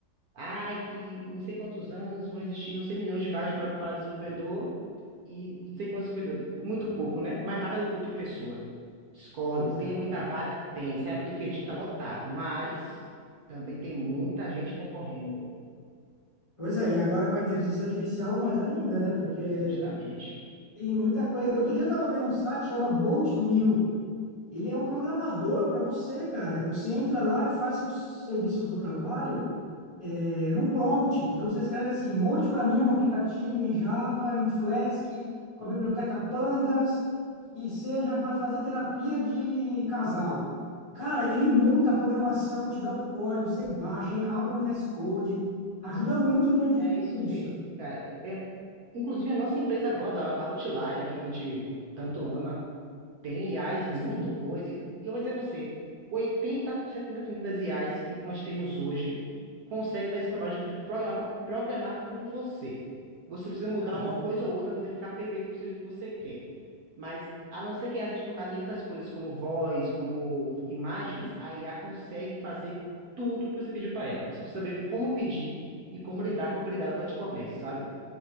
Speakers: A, on the right; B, on the left.
A: Ai, que não sei quantos anos vão existir, não sei milhões de vagas para, para desenvolvedor e não sei quantos desenvolvedores. Muito pouco, né? Mais vaga do, do que pessoa. Discordo.
B: pois
A: Tem
B: é.
A: muita vaga? Tem. Se abre o LinkedIn, tá lotado. Mas também tem muita gente concorrendo, viu?
B: Pois é, e agora com a inteligência artificial, mais ainda, né? Porque
A: Justamente.
B: tem muita coisa. Outro dia eu tava vendo um site, chama Bolt New. Ele é um programador para você, cara. Você entra lá, faz seus serviços do trabalho é, num prompt. Então você escreve assim, monte para mim um aplicativo em Java, em Flask, com a biblioteca Pandas, que seja para fazer terapia de casal. Cara, ele monta a programação, te dá o código, você baixa, abre no VS Code. Ajuda muito no meu dia
A: É
B: a dia
A: isso
B: isso.
A: mesmo, cara. É- é- inclusive, a nossa empresa agora, a Outlier, aqui que a gente tanto ama, tem IAs muito
B: Sim,
A: boas, e e eu vou dizer a você, oitenta, setenta por cento das IAs que nós temos hoje consegue fazer esse trabalho de, de programar para programar por você. Você precisa mudar
B: caramba,
A: uma coisa ou outra para poder ficar perfeito no jeito que você quer. Mas, a não ser que essa seja focada em outras coisas, como voz, como imagens, a IA consegue fazer tudo que você pediu para ela. Você precisa saber como pedir e como lidar com aquele dado que ela te fornece, sabe?